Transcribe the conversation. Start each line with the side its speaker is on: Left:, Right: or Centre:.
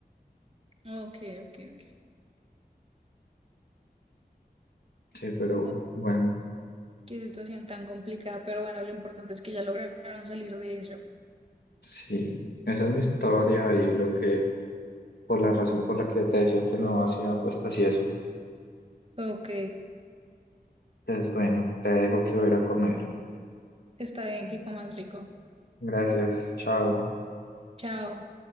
Right: Ujú. Ok, ok, ok.
Left: sí, pero
Right: Oh,
Left: bueno,
Right: qué situación tan complicada, pero bueno, lo importante es que ya lograron salir de eso.
Left: sí, esa es mi historia y lo que, por la razón por la que te decía que no hacía apuestas y eso.
Right: Ok,
Left: Entonces, bueno, te dejo que voy a ir a comer.
Right: está bien, que comas rico.
Left: Gracias, chao.
Right: Chao.